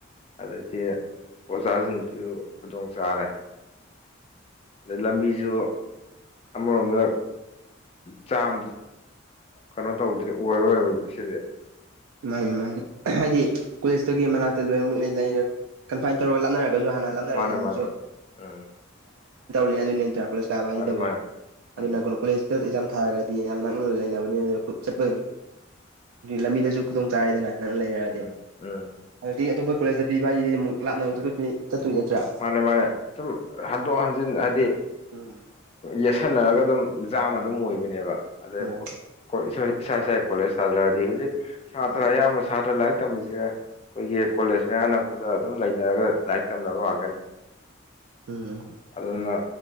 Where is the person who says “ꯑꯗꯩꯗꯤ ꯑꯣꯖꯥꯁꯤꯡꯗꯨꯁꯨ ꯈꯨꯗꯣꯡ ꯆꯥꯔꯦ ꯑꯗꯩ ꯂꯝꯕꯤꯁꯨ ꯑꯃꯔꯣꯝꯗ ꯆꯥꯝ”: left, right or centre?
Left